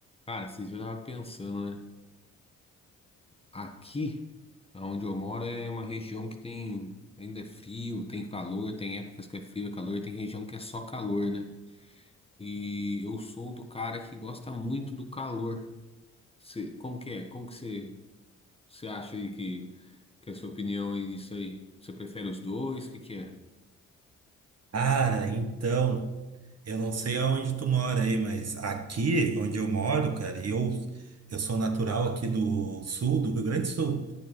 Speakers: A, on the left (about 15°); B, on the right (about 40°).
A: Cara, esses dias eu tava pensando, né? Aqui, onde eu moro, é uma região que tem ainda é frio, tem calor, tem épocas que é frio, é calor, tem região que é só calor, né? E eu sou do cara que gosta muito do calor. Cê- como que é? Como que você você acha aí que, que é a sua opinião aí disso aí? Você prefere os dois? O que que é?
B: Cara, então, eu não sei aonde tu mora aí, mas aqui onde eu moro, cara, e eu, eu sou natural aqui do sul, do Rio Grande do Sul.